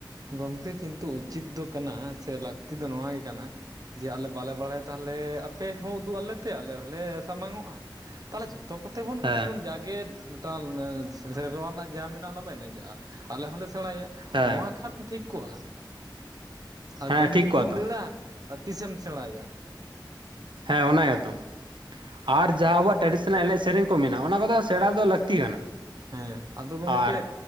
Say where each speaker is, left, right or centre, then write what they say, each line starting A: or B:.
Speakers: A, on the right; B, on the right.
A: ᱜᱚᱢᱠᱮ ᱠᱤᱱᱛᱩ ᱩᱪᱤᱛ ᱫᱚ ᱠᱟᱱᱟ ᱥᱮ ᱞᱟᱹᱠᱛᱤ ᱫᱚ ᱱᱚᱣᱟ ᱜᱮ ᱠᱟᱱᱟ? ᱡᱮ ᱟᱞᱮ ᱵᱟᱞᱮ ᱵᱟᱲᱟᱭᱟ ᱛᱟᱸᱦᱚᱞᱮ ᱟᱯᱮ ᱦᱚᱸ ᱩᱫᱩᱜ ᱟᱞᱮ ᱯᱮ, ᱟᱞᱮ ᱦᱚᱸᱞᱮ ᱥᱟᱢᱟᱝ ᱚᱜᱼᱟ ᱛᱟᱸᱦᱚᱞᱮ ᱡᱷᱚᱛᱚ ᱠᱚᱛᱮ ᱵᱚᱱ ᱠᱟᱹᱴᱤᱡ
B: ᱦᱮᱸ
A: ᱵᱚᱱ ᱡᱟᱜ, ᱜᱮ ᱢᱤᱫᱴᱟᱝ ᱥᱮᱨᱣᱟ ᱨᱮᱱᱟᱜ ᱡᱟᱸᱦᱟ ᱢᱮᱱᱟᱜᱼᱟ ᱚᱱᱟᱢᱟ ᱮᱱᱮᱡᱟᱜᱼᱟ ᱾ ᱟᱞᱮ ᱦᱚᱸᱞᱮ ᱥᱮᱸᱬᱟᱭᱟ,
B: ᱦᱮᱸ
A: ᱱᱚᱣᱟ ᱠᱷᱟᱱ ᱴᱷᱤᱠ ᱠᱚᱜᱼᱟ, ᱟᱨ
B: ᱦᱮᱸ
A: ᱫᱤᱱ
B: ᱴᱷᱤᱠ
A: ᱜᱮ
B: ᱠᱚᱜᱼᱟ
A: ᱡᱚᱫᱤᱢ
B: ᱛᱚ
A: ᱫᱟᱹᱲᱟ ᱟᱨ ᱛᱤᱥᱮᱢ ᱥᱮᱸᱬᱟᱭᱟ ᱾
B: ᱦᱮᱸ ᱚᱱᱟ ᱜᱮᱛᱚ ᱟᱨ ᱡᱟᱸᱦᱟ ᱟᱵᱚᱣᱟᱜ ᱴᱨᱟᱰᱤᱥᱚᱱᱟᱞ ᱮᱱᱮᱡ ᱥᱮᱨᱮᱧ ᱠᱚ ᱢᱮᱱᱟᱜᱼᱟ ᱚᱱᱟ ᱠᱚᱫᱚ ᱥᱮᱸᱬᱟ ᱫᱚ ᱞᱟᱹᱠᱛᱤ ᱠᱟᱱᱟ᱾
A: ᱦᱮᱸ ᱟᱫᱚ ᱜᱚᱢᱠᱮ
B: ᱟᱨ